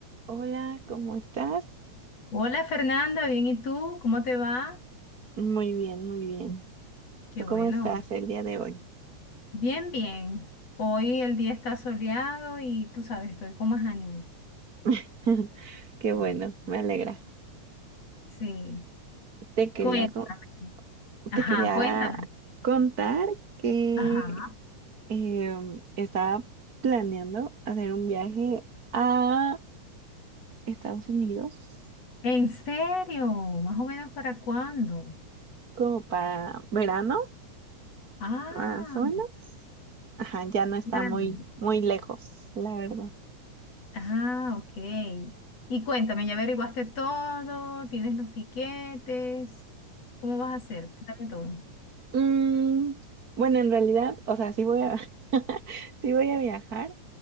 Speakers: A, on the right (about 30°); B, on the left (about 55°).
A: Hola, ¿cómo estás?
B: Hola Fernanda, bien, ¿y tú? ¿Cómo te va?
A: Muy bien, muy bien.
B: Qué
A: ¿Tú
B: bueno.
A: cómo estás el día de hoy?
B: Bien, bien. Hoy el día está soleado y tú sabes, estoy con más ánimo.
A: <laughs> Qué bueno,
B: Mm.
A: me alegra.
B: Sí,
A: Te quería,
B: cuéntame.
A: co-
B: Ajá,
A: te quería
B: cuéntame.
A: contar que
B: Ajá.
A: em, estaba planeando hacer un viaje a Estados Unidos
B: ¿En serio? ¿Más o menos para cuándo?
A: como para verano,
B: Ah,
A: más o menos. Ajá, ya no está
B: qué maravilla.
A: muy, muy lejos, la verdad.
B: Ah, ok. Y cuéntame, ¿ya averiguaste todo? ¿Tienes los tiquetes? ¿Cómo vas a hacer? Cuéntame todo.
A: Mm, bueno, en realidad, o sea, sí voy a, <laughs> sí voy a viajar,